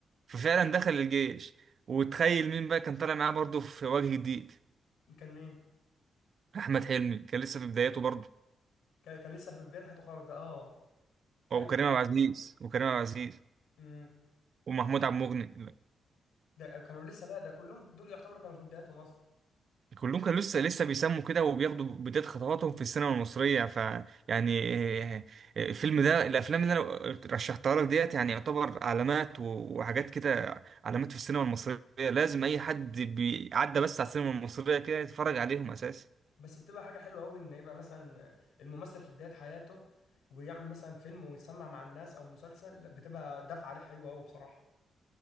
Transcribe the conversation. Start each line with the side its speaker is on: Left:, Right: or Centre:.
Right: ففعلا دخل الجيش وتخيل مين بقى كان طالع معاه برضه في وجه جديد
Left: كان مين
Right: احمد حلمي كان لسه في بداياته برضه
Left: كان كان لسه في بدايه حياته خالص ده اه ايوه
Right: أو- وكريم
Left: ايوه
Right: عبد العزيز وكريم عبد العزيز
Left: امم
Right: ومحمود عبد المغني
Left: ده كانوا لسه بقى ده كلهم دول يعتبروا كانوا في بداياتهم اصلا
Right: كلهم كانوا لسه لسه بيسموا كده وبياخدوا بداية خطواتهم في السينما المصرية ف يعني آه، آه، الفيلم ده الافلام اللي انا رشحتها لك ديت يعني يعتبر علامات و- وحاجات كده علامات في السينما المصرية لازم اي حد بيعدى بس على السينما المصرية كده يتفرج عليهم اساسا
Left: بس بتبقى حاجة حلوة أوي إن يبقى مثلا الممثل في بداية حياته ويعمل مثلا فيلم ويسمع مع الناس أو مسلسل لا، بتبقى دفعة عليه حلوة أوي بصراحة